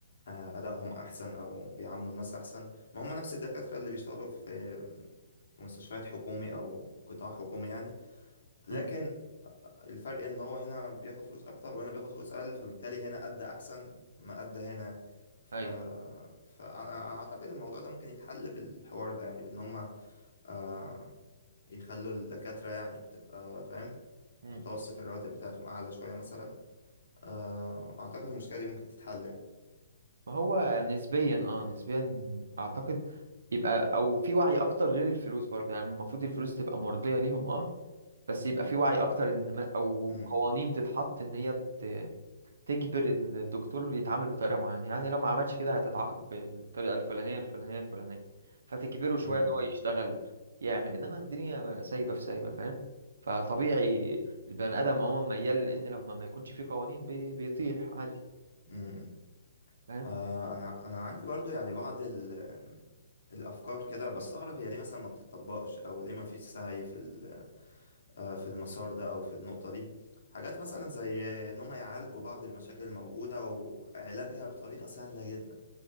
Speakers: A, on the left (about 70°); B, on the right (about 70°).
A: آه، ادائهم احسن او بيعاملوا الناس احسن ما هم نفس الدكاترة اللي بيشتغلوا في في مستشفيات حكومي او قطاع حكومي يعني لكن
B: امم
A: الفرق ان هو هنا بياخد فلوس اكتر وهنا بياخد فلوس اقل فبالتالي هنا ادى احسن ما ادى هنا ف...
B: أيوه
A: فانا اعتقد الموضوع ده ممكن يتحل بالحوار ده يعني بان هم آه، يخلوا الدكاترة يعني تبقى فاهم
B: مم.
A: متوسط الرواتب بتاعتهم أعلى شوية مثلا آه، أعتقد المشكلة دي ممكن تتحل يعني
B: ما هو نسبيا اه نسبيا اعتقد يبقى او في وعي اكتر غير الفلوس برضه يعني المفروض الفلوس تبقى مرضية ليهم اه بس يبقى في وعي اكتر ان ما او
A: م-
B: قوانين تتحط ان هي ت- تجبر الدكتور يتعامل بطريقة معينة يعني لو ما عملش كده هتتعاقب بالطريقة الفلانية الفلانية الفلانية فتجبره شوية
A: م-
B: ان هو يشتغل
A: م-
B: يعمل انما الدنيا سايبة في سايبة فاهم فطبيعي البني ادم عموما ميال لان لما ما يكونش فيه قوانين بي... بيطيح عادي
A: م- م.
B: فاهم
A: آه، أنا أنا عندي برضو يعني بعض ال- الأفكار كده بستغرب هي ليه مثلا ما بتطبقش أو ليه ما فيش سعي في ال- آه، في المسار ده أو في النقطة دي حاجات مثلا زي إن هم يعالجوا بعض المشاكل الموجودة وعلاجها بطريقة سهلة جدا